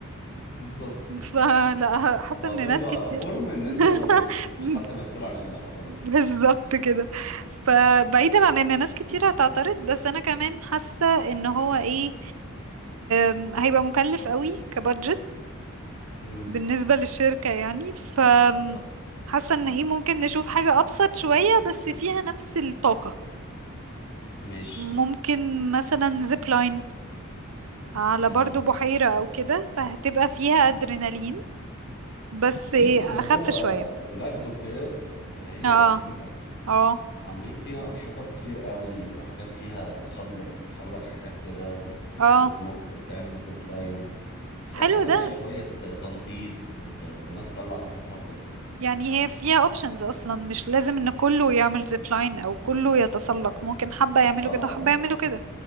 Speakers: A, on the left; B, on the right.
A: بالظبط
B: <laughs> فلا حاسة
A: واعتمدوا
B: ان ناس كتير
A: على فورم ان انتوا
B: <laughs>
A: ما فيش
B: <laughs>
A: حد مسؤول عن اللي حصل ده
B: بالظبط كده فبعيدا عن ان ناس كتير هتعترض بس انا كمان حاسة ان هو ايه آم، هيبقى مكلف قوي كبادجت
A: امم
B: بالنسبة للشركة يعني ف
A: صح
B: حاسة ان ايه ممكن نشوف حاجة ابسط شوية بس فيها نفس الطاقة
A: ماشي
B: ممكن مثلا زيب لاين على
A: امم
B: برضو بحيرة او كده فهتبقى فيها ادرينالين بس
A: في
B: ايه
A: اللي هو
B: اخف شوية
A: لاجدو كير اللي هي
B: اه
A: الجديدة
B: اه
A: عاملين فيها أنشطة كتير قوي حاجات فيها تسلق بتتسلق حاجات كده و...
B: اه
A: وتنط وتعمل زيب لاين حاجات
B: حلو
A: كده فيها
B: ده
A: شوية تنطيط والناس تطلع طاقتها وكده
B: يعني هي فيها اوبشنز اصلا مش لازم ان كله يعمل زيب لاين او كله يتسلق ممكن حبة يعملوا
A: اه
B: كده وحبة
A: اه
B: يعملوا كده